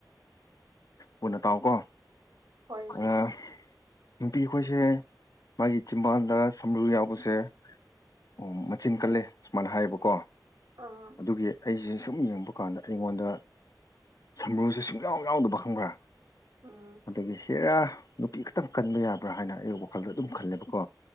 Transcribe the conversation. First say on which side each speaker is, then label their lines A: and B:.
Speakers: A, on the left; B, on the right.
A: ꯃꯨꯟꯅ ꯇꯥꯎꯀꯣ
B: ꯍꯣꯏ
A: ꯑ ꯅꯨꯄꯤ ꯈꯣꯏꯁꯦ ꯃꯥꯒꯤ ꯆꯤꯝꯕꯥꯜꯗ ꯁꯝꯕ꯭ꯔꯨ ꯌꯥꯎꯕꯁꯦ ꯑꯣ ꯃꯆꯤꯟ ꯀꯜꯂꯦ ꯁꯨꯃꯥꯏꯅ ꯍꯥꯏꯌꯦꯕꯀꯣ
B: ꯑꯥ
A: ꯑꯗꯨꯒꯤ ꯑꯩꯁꯦ ꯁꯨꯝ ꯌꯦꯡꯕ ꯀꯥꯟꯗ ꯑꯩꯉꯣꯟꯗ ꯁꯝꯕ꯭ꯔꯨꯁꯦ ꯁꯨꯡꯌꯥꯎ ꯌꯥꯎꯗꯕ ꯈꯪꯕ꯭ꯔꯥ
B: ꯎꯝ
A: ꯑꯗꯒꯤ ꯍꯦꯔꯥ ꯅꯨꯄꯤ ꯈꯛꯇꯪ ꯀꯟꯕ ꯌꯕ꯭ꯔꯥ ꯍꯥꯏꯅ ꯑꯩ ꯋꯥꯈꯜꯗ ꯑꯗꯨꯝ ꯈꯜꯂꯦꯕꯀꯣ